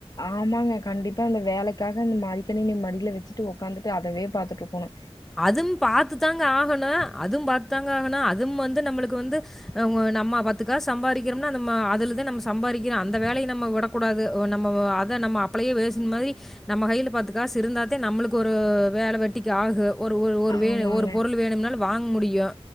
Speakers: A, on the left; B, in the centre.
A: ஆமாங்க கண்டிப்பா அந்த வேலைக்காக இந்த மடிக்கணினி மடில வெச்சிட்டு உக்காந்து ட்டு அதவே பாத்துட்ருக்குணு
B: அதும் பாத்து தாங்க ஆகணு அதும் பாத்து தாங்க ஆகணு அதும் வந்து நம்மளுக்கு வந்து ம் நம்ம பத்துக்காஸ் சம்பாதிக்கிறோம்னா நம்ம அதுலதா நம்ம சம்பாதிக்கிறொ அந்த வேலய நம்ம விடக் கூடாது நம்ம அத நம்ம அப்லைவேசுன் மாதிரி நம்ம கையில பாத்துக்காஸ் இருந்தாத்தா நம்மளுக்கு ஒரு வேல வெட்டிக்கு ஆகு ஒரு ஒரு ஒரு வே
A: ஆமாங்க.
B: ஒரு பொருள் வேணும்னாலு வாங்க முடியு